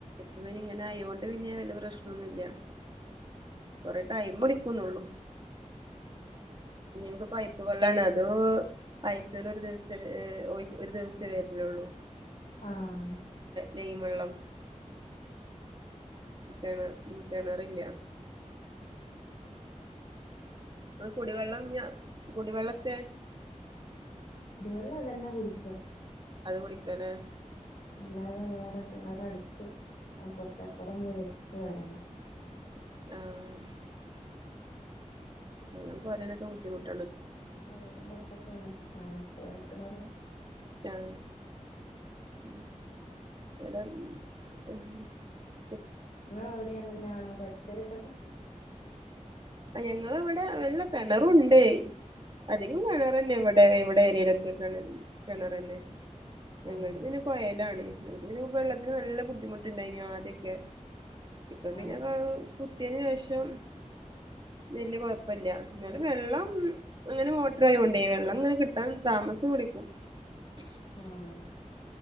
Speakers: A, on the right (about 40°); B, on the left (about 75°).
A: ഇവനിങ്ങനായോണ്ട് പിന്നെ വല്യയ പ്രശ്നൊന്നുല്ല. കുറെ ടൈം പിടിക്കുന്നൊള്ളു. ഞങ്ങക്ക് പൈപ്പ് വെള്ളാണ്, അതോ ആഴ്ചയിൽ ഒരു ദിവസ ഒരു ദിവസേ വരിനൊള്ളൂ.
B: ആഹ്
A: നെയ്യ് വെള്ളം കെണ് കെണറില്ല ഇങ്ങ <unintelligible> കുടിവെള്ളം ഞ കുടിവെള്ളക്ക
B: കുടിവെള്ളം അതന്നെ കുടിക്ക
A: അത് കുടിക്കലെ
B: അല്ലാതെ വേറെ കിണറടു ത് അ കൊറച്ചപ്പുറം പോയി എടുത്തു വരണം
A: ആഹ് വെള്ളം കുറണാക്കെദ്ധിുട്ട്
B: ങ്ങളെ വീടിന്റെ അടുത്തൊക്കെ എങ്ങനൊണ് <unintelligible> കെണറ്
A: ആ ഉ എടാ <unintelligible>
B: ഇങ്ങളവിടി അങ്ങനെന്നാണോ പരിസരത്തൊക്കെ
A: ഞങ്ങള വെടെ <unintelligible> ള്ള കിണറുണ്ടേ അധികം കെണറ്ന്നെ ഇവിടെ ഇവിടെ ഏരിയിലൊക്കെ കിണ കിണർ അല്ലേ ഞങ്ങൾത്
B: ആഹ്
A: പിന്നെ കൊയലാണ് ഇ <unintelligible> വെള്ളത്തിന് നല്ല ബുദ്ധിമുട്ടുണ്ടായിന് ആദ്യൊക്കെ ഇപ്പൊ പിന്നെ
B: ആഹ്
A: കഹ് കുത്ത്യേന് ശേഷം വല്ല്യ കൊഴപ്പില്ല എന്നാലും വെള്ളം അങ്ങനെ മോട്ടർ ആയോണ്ടേ വെള്ളം ഇങ്ങനെ കിട്ടാൻ താമസം പിടിക്കും
B: ആഹ്